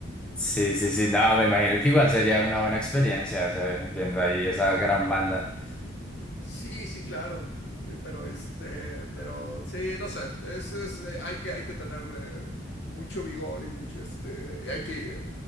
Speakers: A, in the centre; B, on the left.
A: Sí, sí, sí, no, me imagino que igual sería una buena experiencia, o sea, viendo ahí esa gran banda.
B: Sí, sí, claro. Eh, Pero este, pero sí, no sé. Es, es, eh, hay que, hay que tenerle mucho vigor y mucho este. y Hay que eh,